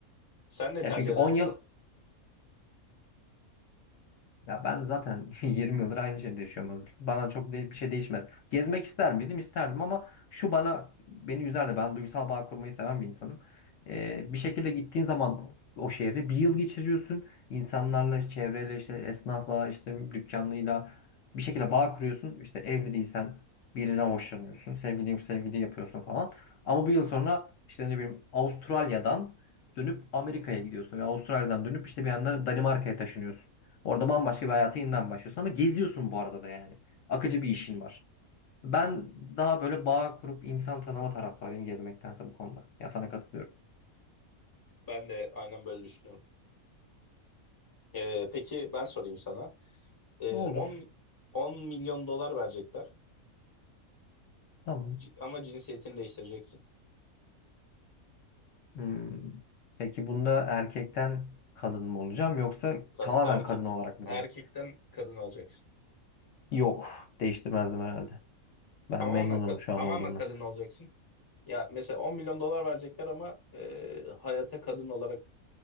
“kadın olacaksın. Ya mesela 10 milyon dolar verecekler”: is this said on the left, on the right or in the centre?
Left